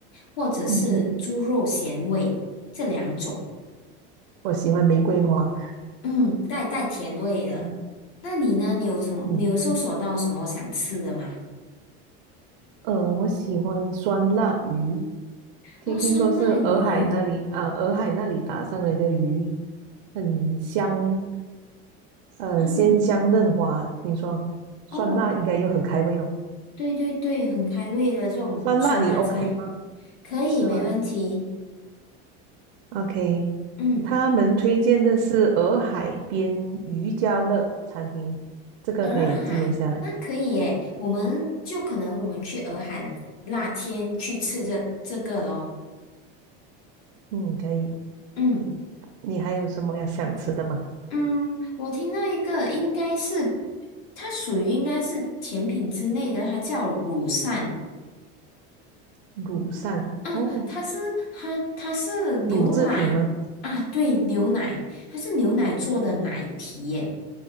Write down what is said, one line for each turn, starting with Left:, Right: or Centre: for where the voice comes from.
Left: 或者是猪肉咸味这两种，
Right: 嗯，我喜欢玫瑰花。
Left: 嗯，带带甜味的。
Right: 嗯
Left: 那你呢？你有什么？
Right: 嗯，
Left: 你有搜索到什么想吃的吗？
Right: 呃，我喜欢酸辣鱼，听听说是洱海那里啊，
Left: 哦，酸辣鱼，
Right: 洱海那里打上来的鱼，很香，呃，
Left: 哦
Right: 鲜香嫩滑。听说酸辣应该又很开胃咯。
Left: 哦，对对对，很开胃的这种酸辣菜，
Right: 酸辣你 OK 吗？
Left: 可以，
Right: 你吃吗
Left: 没问题。
Right: ？OK，
Left: 嗯。
Right: 他们推荐的是洱海边渔家乐餐厅，这个可以记录下来。
Left: 洱海，那可以耶，我们就可能我们去洱海那天去吃这这个咯。
Right: 嗯，可以。
Left: 嗯
Right: 你还有什么要想吃的吗？
Left: 嗯，我听到一个应该是它属于应该是甜品之类的，它叫乳扇，
Right: 乳扇哦，
Left: 啊，它是它它是牛奶啊，
Right: 乳制品吗？
Left: 对，牛奶，它是牛奶做的奶皮耶，
Right: 嗯